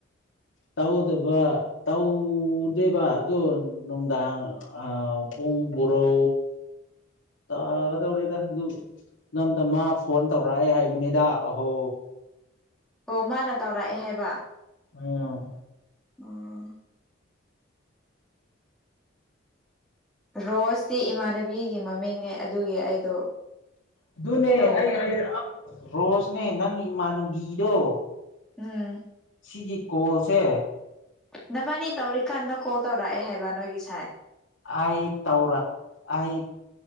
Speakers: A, on the left; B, in the centre.
A: ꯇꯧꯗꯕ ꯇꯧꯗꯦꯕ ꯑꯗꯣ ꯅꯨꯡꯗꯥꯡ ꯑꯥ ꯄꯨ ꯄꯨꯡ ꯕ꯭ꯔꯣ ꯇꯥꯒꯗꯣꯔꯦꯗ ꯑꯗꯨꯁꯨ ꯇꯝꯗ ꯃꯥ ꯐꯣꯟ ꯇꯧꯔꯛꯑꯦ ꯍꯥꯏꯕꯅꯤꯗ ꯑꯍꯣ
B: ꯑꯣ ꯃꯥꯅꯥ ꯇꯧꯔꯛꯑꯦ ꯍꯥꯏꯕ
A: ꯑꯨꯝ
B: ꯑꯣ ꯔꯣꯁꯇꯤ ꯏꯃꯥꯟꯅꯕꯤꯒꯤ ꯃꯃꯤꯡꯅꯦ ꯑꯗꯨꯒꯤ ꯑꯩꯗꯣ
A: ꯑꯗꯨꯅꯦ
B: ꯇꯧ
A: ꯑꯩ ꯑꯩ ꯔꯣꯁꯅꯦ ꯅꯪꯒꯤ ꯏꯃꯥꯟꯅꯕꯤꯗꯣ
B: ꯎꯝ
A: ꯁꯤꯒꯤ ꯀꯣꯜꯁꯦ
B: ꯅꯕꯥꯟꯅꯤ ꯇꯧꯔꯤꯀꯥꯟꯗ ꯀꯣꯜ ꯇꯧꯔꯛꯑꯦ ꯍꯥꯏꯕ ꯅꯣꯏꯒꯤ ꯁꯥꯏ
A: ꯑꯩ ꯇꯧꯔꯛ ꯑꯩ